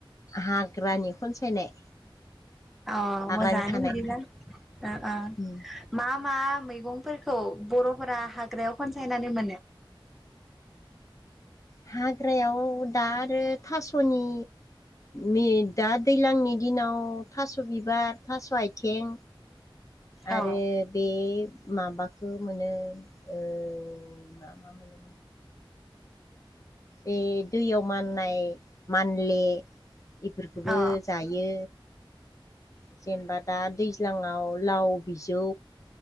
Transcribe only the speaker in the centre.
अ
मोजाङानो
बिदिब्ला ओ ओ
मा मा मैगं फोरखौ बर'फोरा हाग्रायाव खनसायनानै मोनो
औ अ
अ